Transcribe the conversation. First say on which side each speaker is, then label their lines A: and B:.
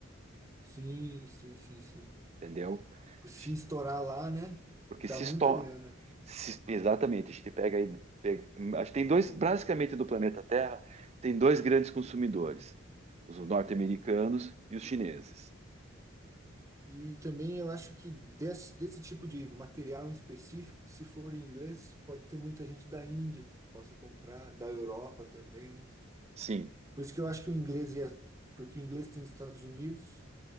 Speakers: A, on the right; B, on the right.
A: Sim, sim, sim, sim.
B: entendeu?
A: Se
B: Chi-
A: estourar lá, né?
B: Porque
A: Dá
B: se,
A: muita
B: esto-
A: grana,
B: se- exatamente, a gente pega aí, pega- acho que tem dois, basicamente do planeta Terra, tem dois grandes consumidores, os norte-americanos e os chineses.
A: E também eu acho que desse, desse tipo de material em específico, se for em inglês, pode ter muita gente da Índia que possa comprar, da Europa também, né?
B: Sim.
A: Por isso que eu acho que o inglês ia, porque o inglês tem Estados Unidos,